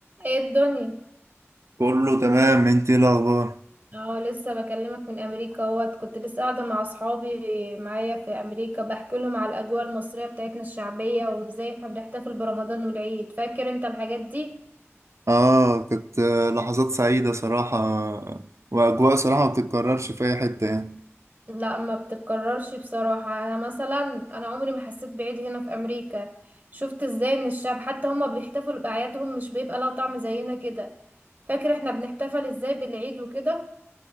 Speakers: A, on the right (about 35°); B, on the right (about 70°).
A: ايه الدنيا
B: كله تمام انت ايه الاخبار
A: اه لسه بكلمك من امريكا اهوت كنت لسه قاعده مع اصحابي معايا في امريكا بحكي لهم على الاجواء المصريه بتاعتنا الشعبيه وازاي احنا بنحتفل برمضان والعيد فاكر انت الحاجات دي
B: اه كانت آه، لحظات سعيده صراحه واجواء صراحه ما بتتكررش في اي حته يعني
A: لا ما بتتكررش بصراحه انا مثلا انا عمري ما حسيت بعيد هنا في امريكا شفت ازاي ان الشعب حتى هما بيحتفلوا باعيادهم مش بيبقى لها طعم زينا كده فاكر احنا بنحتفل ازاي بالعيد وكده